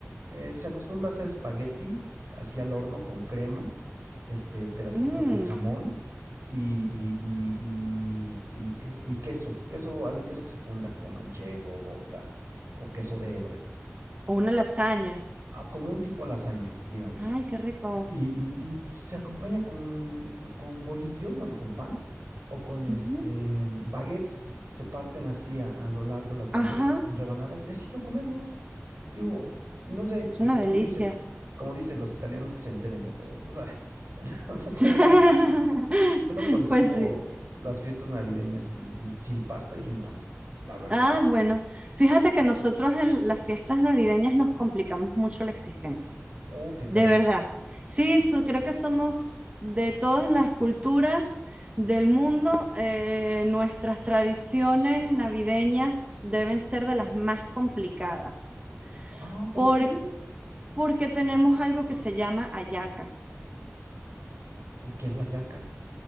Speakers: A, on the right; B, on the right.
A: eh, se acostumbra a hacer espagueti así al horno con crema, este, pedacitos
B: Mm,
A: de jamón y, y, y, y, y que- y queso, queso, algún queso que se funda como manchego, gouda o queso de hebra,
B: o una lasaña.
A: ah, como un tipo lasaña, digamos.
B: Ay, qué rico.
A: Y, y- y, pues, se acompaña con, con bolillo, bueno, con pan, o con este
B: Ujú.
A: baguettes. Se parten así a, a lo largo las baguettes
B: Ajá,
A: en rebanadas y así lo comemos. Digo, no sé,
B: es
A: digo,
B: una
A: como
B: delicia.
A: dices, como dicen los italianos que se enteren, ¿no? Pero, pues, ay, <laughs> o sea, sabe
B: <laughs>
A: muy bueno. Yo no concibo
B: Pues sí.
A: las fiestas navideñas y, y sin pasta y sin pan, la verdad.
B: Ah, bueno, fíjate que nosotros en las fiestas navideñas nos complicamos mucho la existencia.
A: Oh, qué caray.
B: De verdad. Sí, so- creo que somos de todas las culturas del mundo. eh, nuestras tradiciones navideñas deben ser de las más complicadas
A: Ah, ¿por
B: por-
A: qué?
B: porque tenemos algo que se llama hallaca.
A: ¿Y qué es la yaca?